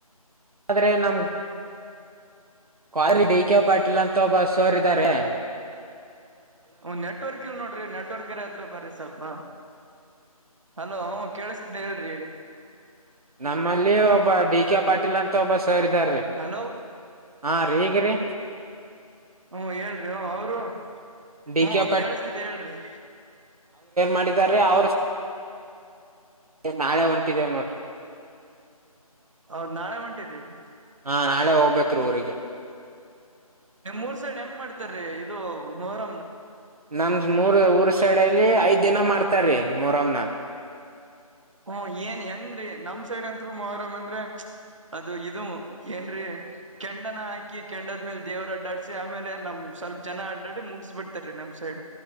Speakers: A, on the right; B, on the right.
A: ಆದರೆೆ ನಮ ಕಾಲಜಿ ಡ ಕೆೆ ಪಾಟೀಲ್ ಅಂತ ಒಬ್ಬ ಸೋರಿದ್ದಾರೆ
B: ಹ ನೆಟ್ವರ್ಕ್ ಇಲ್ ನೋಡ್ರಿ ನೆಟ್ವರ್ಕ್ರ ಹತ್ರ ಬರ್ರಿ ಸ್ವಲ್ಪ ಹಲೋ ಹ ಕೇಳಿಸತಿದ್ದ ಹೇಳ್ರಿ ಈಗ
A: ನಮ್ಮಲ್ಲಿ ಒಬ್ಬ ಡಿ ಕೆ ಪಾಟೀಲ್ ಅಂತ ಮೊಬ್ಬ ಸರಿದಾರಿ
B: ಹಲೋ
A: ಹಾ ರೀ ಈಗ್ರೀ
B: ಹ್ಮಞ ಹೇಳ್ರಿ ಹ ಅವರು
A: ಡಿ
B: ಹ್ಮ
A: ಕೆ
B: ಕೇೇಳಿಸತಿದ್ದ ಹೇಳ್ರರಿ
A: ಮಾಡಿದ್ದಾರೆ ಅವರು ಏ ನಾಳೆ ಹೊಂಟಿದ್ದೇವ ನೋಡ್ರಿ
B: ಹೌದ್ ನಾಳೆ ಹೊಂಟಿದ್ರಿ
A: ನಾ ನಾಳೆ ಹೋಗ್ಬೇಕ್ರೀ ಊರಿಗೆ
B: ನಿಮ್ ಮೂರ್ ಸೈಡ್ ಏನ್ ಮಾಡ್ತಾರೀ ಇದು ಮೊಹರ
A: ನಮ ಮೂರ್ ಊರ್ ಸೈಡ್ಲ್ಲಿ ಐದ್ ದಿನ ಮಾಡ್ತಾರೀ ಮರಮ್ನ
B: ಹ್ಮ ಏನ್ ಹೆಂಗ್ರೀ ನಮ್ ಸೈಡ್ ಅಂ ಮರ್ ಅಂದ್ರ ಅದು ಇದು ಏನ್ರೀ ಕೆಂಡನ ಹಾಕಿ ಕೆಂಡದ್ಮೇಲೆ ದೇವರು ಅಡ್ಡಾಡ್ಸಿ ಆಮೇಲೆ ನಮ್ ಸ್ವಲ್ಪ ಜನ ಅಡ್ಡಡಿ ಮುಗಿಸ್ಬ ಬಿಡ್ತಾರ ರೀ ನಮ್ ಸೈಡ್